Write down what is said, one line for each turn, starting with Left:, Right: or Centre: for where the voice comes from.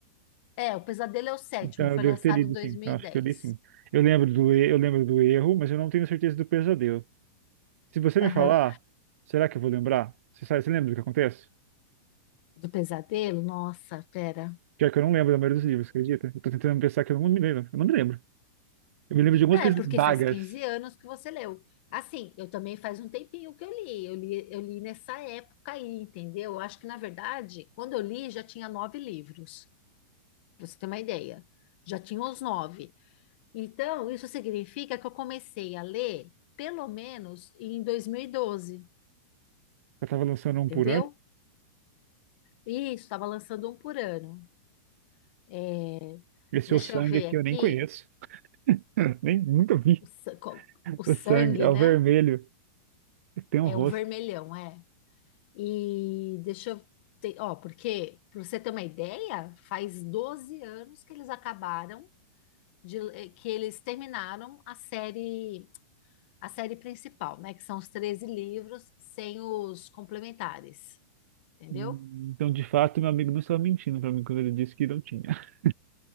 Left: É, O Pesadelo é o sétimo,
Right: Então
Left: foi
Right: eu devo
Left: lançado
Right: ter lido,
Left: em 2010.
Right: sim. Então acho que eu li sim. Eu lembro do, e- eu lembro do erro, mas eu não tenho certeza do pesadelo. Se você
Left: Aham.
Right: me falar, será que eu vou lembrar? Você sabe, você lembra do que acontece?
Left: Do Pesadelo? Nossa, pera.
Right: Pior que eu não lembro da maioria dos livros, acredita? Eu tô tentando pensar que eu não me lembro. Eu não me lembro. Eu me lembro de algumas
Left: É,
Right: coisas
Left: porque
Right: vagas.
Left: faz 15 anos que você leu. Assim, eu também faz um tempinho que eu li. Eu li, eu li nessa época aí, entendeu? Eu acho que, na verdade, quando eu li, já tinha nove livros, pra você ter uma ideia. Já tinha os nove. Então, isso significa que eu comecei a ler, pelo menos, em 2012,
Right: Eu tava lançando um
Left: entendeu?
Right: por ano.
Left: E Isso, estava lançando um por ano. É,
Right: Esse
Left: deixa
Right: é o sangue
Left: eu ver
Right: aqui
Left: aqui.
Right: eu nem conheço. <laughs> Nem nunca vi.
Left: O, sa- co- o
Right: O
Left: sangue,
Right: sangue, é o
Left: né?
Right: vermelho. Tem
Left: É
Right: um rosto.
Left: um vermelhão, é. E deixa eu ter, ó, porque, para você ter uma ideia, faz 12 anos que eles acabaram de, eh, que eles terminaram a série, a série principal, né? Que são os 13 livros sem os complementares, entendeu?
Right: Hum, Então, de fato, meu amigo não estava mentindo pra mim quando ele disse que não tinha. <laughs>